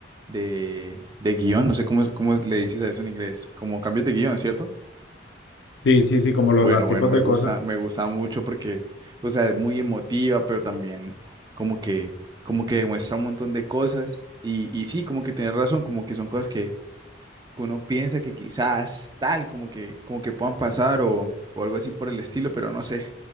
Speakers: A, on the right (about 20°); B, on the left (about 70°).
A: de, de guión, no sé cómo, cómo le dices a eso en inglés, como cambios de guión, ¿cierto?
B: Sí, sí, sí, como los,
A: Bueno,
B: los
A: bueno,
B: tipos
A: me
B: de
A: gusta,
B: cosas.
A: me gusta mucho porque, o sea, es muy emotiva, pero también como que, como que demuestra un montón de cosas y, y sí, como que tienes razón, como que son cosas que uno piensa que quizás tal, como que, como que puedan pasar o, o algo así por el estilo, pero no sé,